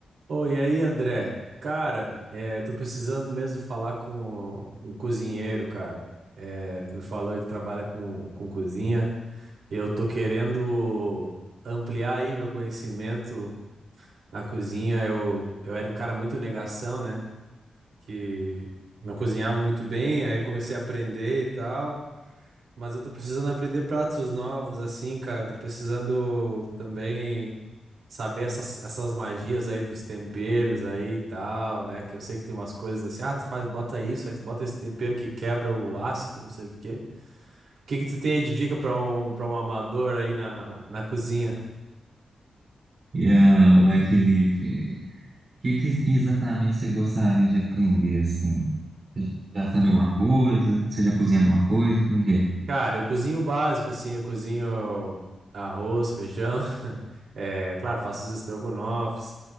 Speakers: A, on the right (about 65°); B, on the right (about 45°).
A: Oi, e aí, André? Cara, é, tô precisando mesmo falar com um cozinheiro, cara. É, tu me falou aí que trabalha com, com cozinha. Eu tô querendo ampliar aí meu conhecimento na cozinha. Eu, eu era um cara muito negação, né? Que não cozinhava muito bem, aí eu comecei a aprender e tal. Mas eu tô precisando aprender pratos novos, assim, cara. Tô precisando também saber essas, essas magias aí dos temperos aí e tal, né? Que eu sei que tem umas coisas assim, ah, tu faz, bota isso, aí tu bota esse tempero que quebra o ácido, não sei o quê. O que que tu tem aí de dica pra um, para um amador aí na, na cozinha?
B: E ah, uai, Felipe, o que que exatamente você gostaria de aprender, assim? Você já sabe alguma coisa? Você já cozinha alguma coisa? Como é que é?
A: Cara, eu cozinho o básico, assim, eu cozinho arroz, feijão, <laughs> é, claro, faço os estrogonofes.